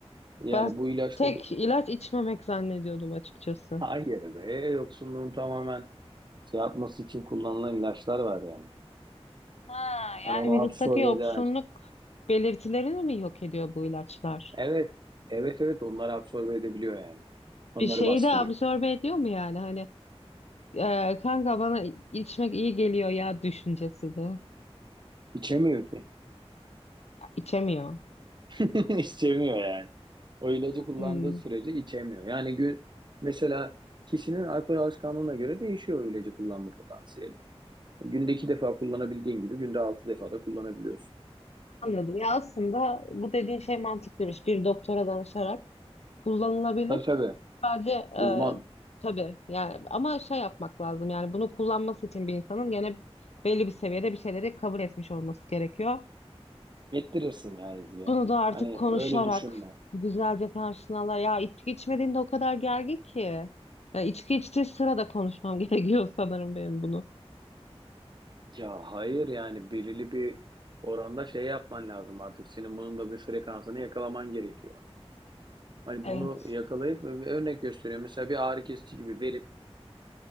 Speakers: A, on the right (about 45°); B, on the left (about 80°).
A: Yani
B: Ben
A: bu ilaçları
B: tek ilaç içmemek zannediyordum açıkçası.
A: hayır be yoksunluğun tamamen şey yapması için kullanılan ilaçlar var yani.
B: Ha, yani
A: Yani onu
B: vücuttaki
A: absorbe
B: yoksunluk
A: eder.
B: belirtilerini mi yok ediyor bu ilaçlar?
A: Evet. Evet evet onlar absorbe edebiliyor yani. Onları
B: Bir şeyi
A: baskılıyor.
B: de absorbe ediyor mu yani? Hani e, kanka bana içmek iyi geliyor ya düşüncesi de.
A: İçemiyor ki.
B: İçemiyor.
A: <laughs> İçemiyor yani. O ilacı kullandığı
B: Hmm,
A: sürece içemiyor. Yani gün mesela kişinin alkol alışkanlığına göre değişiyor o ilacı kullanma potansiyeli. Günde iki defa kullanabildiğin gibi günde altı defa da kullanabiliyorsun.
B: Anladım. Ya aslında bu dediğin şey mantıklıymış. Bir doktora danışarak Kullanılabilir.
A: Tabii tabii.
B: Sadece e,
A: Uzman
B: tabii yani ama şey yapmak lazım yani bunu kullanması için bir insanın gene belli bir seviyede bir şeyleri kabul etmiş olması gerekiyor.
A: ettirirsin ya izleye.
B: Bunu da artık
A: Hani
B: konuşarak
A: öyle düşünme.
B: güzelce karşılarlar. Ya içki içmediğinde o kadar gergin ki. Ya içki içtiği sırada konuşmam <laughs> gerekiyor sanırım benim bunu.
A: Ya hayır yani belirli bir oranda şey yapman lazım artık. Senin bunun da bir frekansını yakalaman gerekiyor. Hani
B: Evet.
A: bunu yakalayıp örnek gösteriyorum. Mesela bir ağrı kesici gibi verip